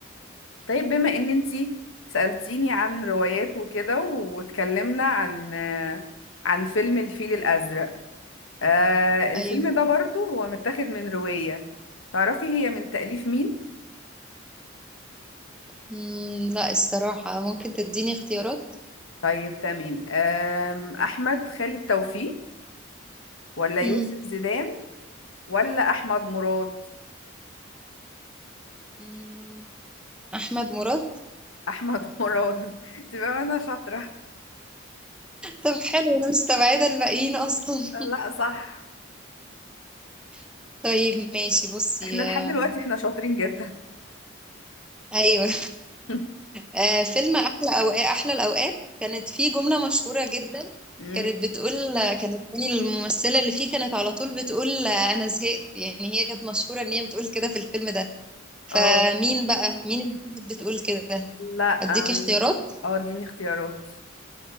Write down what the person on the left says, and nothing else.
طيب بما ان انتي سألتيني عن روايات وكده واتكلمنا عن عن فيلم الفيل الأزرق آه الفيلم
ده برضو هو متاخد من رواية تعرفي هي من تأليف مين؟
طيب تمام آم، أحمد خالد توفيق ولا يوسف
زيدان ولا أحمد مراد
احمد مراد <laughs> تبقى انا شاطره
لا صح
احنا لحد
دلوقتي احنا شاطرين جدا
<laughs>
امم
اه
لا
أم،
اه اديني اختيارات